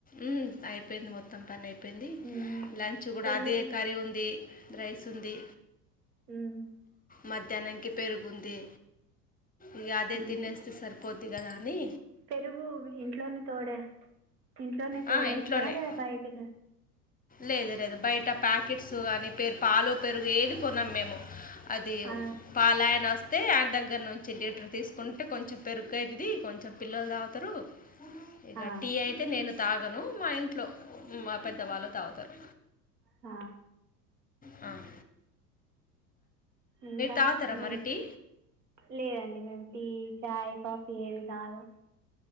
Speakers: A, on the left; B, on the right.
A: ఉమ్, అయిపోయింది. మొత్తం పని అయిపోయి చెప్పింది.
B: మ్మ్.
A: లంచ్ కూడా
B: తొమ్మిది
A: అదే కర్రీ ఉంది. రైస్ ఉంది.
B: హ్మ్
A: మధ్యాహ్ననికి పెరుగుంది. ఇగా అదే
B: మ్మ్.
A: తినేస్తే సరిపో ఇగా దాంది
B: పెరుగు ఇంట్లోనే తోడేస్, ఇంట్లోనే తోడేస్తర
A: ఆ, ఇంట్లోనే
B: లేదా బయటి నుం
A: లేదు లేదు బయట ప్యాకెట్స్ అవి పాలు, పెరుగు ఏది కొనాం మేము అది
B: ఆ,
A: పాలాయన స అయితే ఆయన దగ్గర నుంచి లీటర్ తీసుకుంటే, కొంచెం పెరుగ్ అయితది. కొంచెం పిల్లలు తాగుతారు. ఇగా
B: ఆ,
A: టీ అయితే నేను తాగను. మా ఇంట్లో పెద్దవాళ్ళు తాగుతారు.
B: ఆ
A: హ్మ్
B: ఇంకా
A: తాగుతారా
B: మీమ్
A: మరి టీ
B: లేదండి. మేము టీ, చాయ్, కాఫీ ఏ తాగాం